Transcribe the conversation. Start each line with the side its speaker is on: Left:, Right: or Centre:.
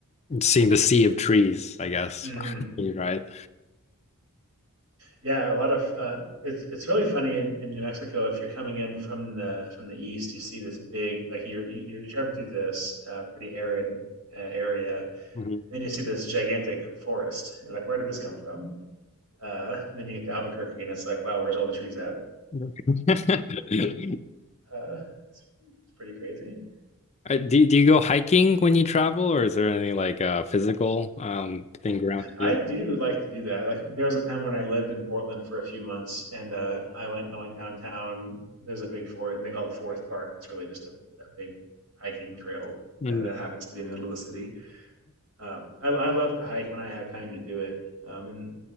Left: seeing the sea of trees, I guess.
Right: Hmm.
Left: <laughs> You're right.
Right: Yeah, a lot of uh, it's it's really funny in, in New Mexico. If you're coming in from the from the east, you see this big like you're you- you're driving through this uh, pretty arid uh, area,
Left: Mhm.
Right: and you see this gigantic forest. You're like, where did this come from? Uh, and then you get to Albuquerque, and it's like, wow, where's all the trees at?
Left: <laughs> Definitely.
Right: Uh, it's, it's pretty crazy.
Left: Uh, Do do you go hiking when you travel, or is there any like uh physical um thing around you?
Right: I do like to do that. Like there was a time when I lived in Portland for a few months and uh I went I went downtown. There's a big forest they call it Forest Park. It's really just a, a big hiking trail
Left: Mhm.
Right: that, that happens to be in the middle of the city. Um I I love to hike when I have time to do it. Um and